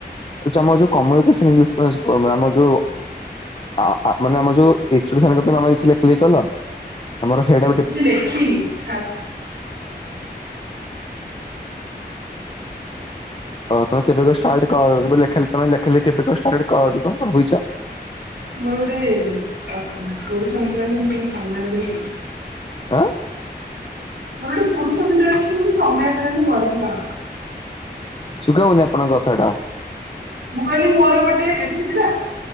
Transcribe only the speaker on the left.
ତମର ଯୋଉ କମଳୀ ମିସ୍ ମ୍ୟାଚ କରୁନୁ ଆମର ଯୋଉ ଆ ଆ ମାନେ ଆମ ଯୋଉ ଏଚୁଡି ଥାନଙ୍କ ପାଇଁ ତମେ କିଛି ଲେଖା ଲେଖି କରିନ? ଆମର ହେଡ
ହଉ ତମେ କେବେ କ ଷ୍ଟାର୍ଟ କରିବ ଲେଖା ତମେ ଲେଖା ଲେଖିବ କେବେ କ ଷ୍ଟାର୍ଟ କରିବ ଭାବିଛ?
ହଁ।
ସୁଗା ହଉନି ଅପଣଙ୍କ କଥାଟା।